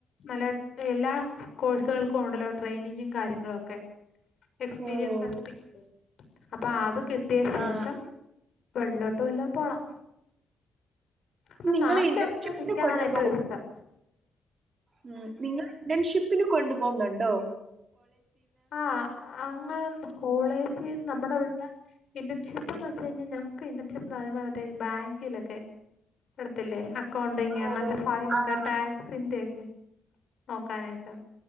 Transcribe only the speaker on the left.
നല്ല എല്ലാ കോഴ്സുകൾക്കും ഉണ്ടല്ലോ ട്രെയിനിങ്ങും കാര്യങ്ങളും ഒക്കെ എക്സ്പീരിയൻസ്
സർട്ടി അപ്പോ ആത് കിട്ടിയ ശേഷം
വെളിലോട്ട് വല്ലോം പോണം അപ്പം
നാട്ടിലെവിടെങ്കിലും
നിക്കാനാണ്
ഏറ്റവും ഇഷ്ടം
ആ അങ്ങ് കോളേജിൽ നമ്മടെ ഇവിടന്ന് ഇന്റേൺഷിപ്പ്ന്ന് വെച്ച് കഴിഞ്ഞാൽ ഞ ങ്ങക്ക് ഇന്റേൺഷിപ്പ് പറേമ്പുത്തേക്ക് ബാങ്കിലൊക്കെ <unintelligible> ക്കൗണ്ടിങ്
അങ്ങനത്തെ ഫയലൊക്കെ
ടാക്സിന്റെൊക്കെ നോക്കാനായിട്ട്